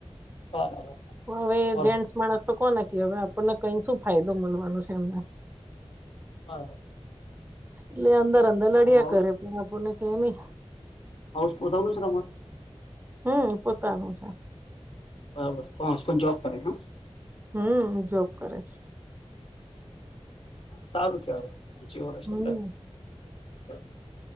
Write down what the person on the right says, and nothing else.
પણ હવે
જેન્ટસ માણસ તો કેવાય આપણને કઈ શું ફાયદો મળવાનો છે, એમને
એટલે અંદર અંદર લડ્યા
કરે કે આપણને કે ની
હમ પોતાનું છે.
હમ જોબ કરે છે.
હમ